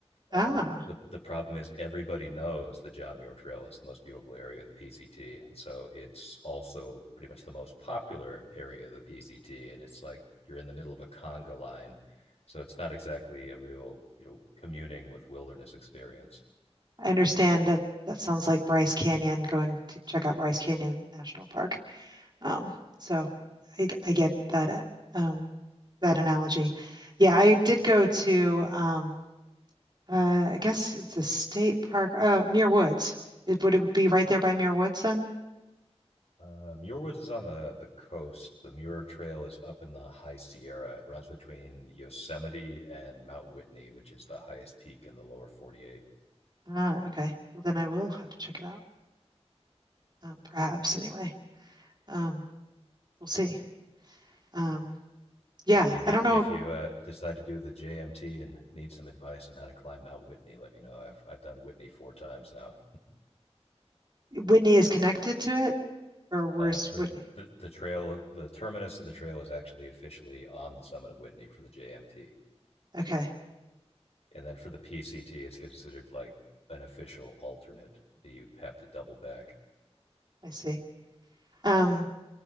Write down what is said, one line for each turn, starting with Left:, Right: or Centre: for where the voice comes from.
Left: Uh,
Right: Ah,
Left: the, the the problem is everybody knows the John Muir Trail is the most beautiful area of the PCT, and so it's also pretty much the most popular area of the PCT. And it's like you're in the middle of a conga line, so it's not exactly a real you know communing with wilderness experience.
Right: I understand that that sounds like Bryce Canyon, going to check out Bryce Canyon National Park. Um, so I, I get that uh, um, that analogy. Yeah, I did go to um, uh, I guess it's a state park, uh, Muir Woods. It, would it be right there by Muir Woods then?
Left: Uh, Muir Woods is on the the coast. The Muir Trail is up in the High Sierra. It runs between Yosemite and Mount Whitney, which is the highest peak in the lower 48.
Right: Ah, okay. Well, then I will have to check it out. Um, perhaps anyway. Um, we'll see. Um, yeah,
Left: If you need,
Right: I don't know.
Left: if you uh, decide to do the JMT and need some advice on how to climb Mount Whitney, let me know. I've I've done Whitney four times now.
Right: Whitney is connected to it, or where's
Left: Uh, the,
Right: Whitney?
Left: the the trail, the terminus of the trail is actually officially on the summit of Whitney for the JMT,
Right: Okay,
Left: and then for the PCT, it's considered like an official alternate. You have to double back.
Right: I see. Um,